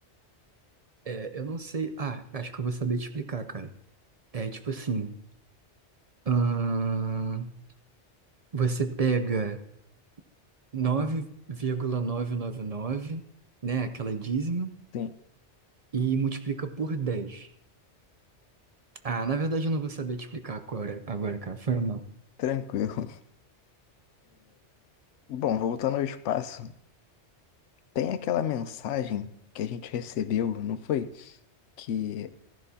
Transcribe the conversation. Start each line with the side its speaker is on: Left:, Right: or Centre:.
Right: É, eu não sei. Ah, acho que eu vou saber te explicar, cara. É tipo assim. ahn, você pega. nove vírgula novecentos e noventa e nove né? Aquela dízima,
Left: Sim,
Right: e multiplica por dez Ah, na verdade eu não vou saber te explicar agora, agora, cara. Foi mal.
Left: Tranquilo. <laughs> Bom, voltando ao espaço, tem aquela mensagem que a gente recebeu, não foi? Que